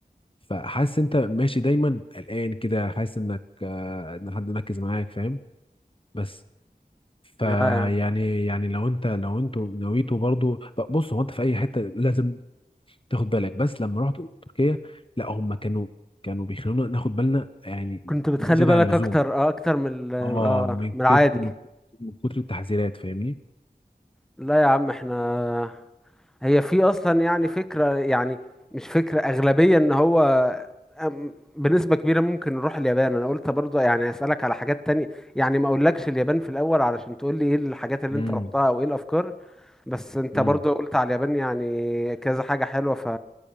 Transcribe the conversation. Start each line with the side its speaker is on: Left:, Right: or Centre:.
Left: فحاسس أنت ماشي دايما قلقان كده حاسس إنك آه إن حد مركز معاك فاهم بس فيعني
Centre: لا يعني
Left: يعني لو انت لو انتوا نويتوا برضو بص هو انت في اي حته لازم تاخد بالك بس لما رحت تركيا لا هم كانوا كانوا بيخلونا ناخد بالنا يعني
Centre: كنت بتخلي
Left: زياده
Centre: بالك
Left: عن اللزوم
Centre: أكتر أه أكتر من ال-
Left: اه
Centre: أه
Left: من
Centre: من العادي
Left: كت... من من كتر التحذيرات فاهمني
Centre: لا يا عم إحنا هي في اصلا يعني فكره يعني مش فكره اغلبيه ان هو أم- بنسبه كبيره ممكن نروح اليابان انا قلت برضه يعني اسالك على حاجات تانية يعني ما اقولكش اليابان في الاول علشان تقول لي ايه الحاجات اللي
Left: امم
Centre: انت رحتها او ايه الافكار بس انت
Left: امم
Centre: برضه قلت على اليابان يعني كذا حاجه حلوه ف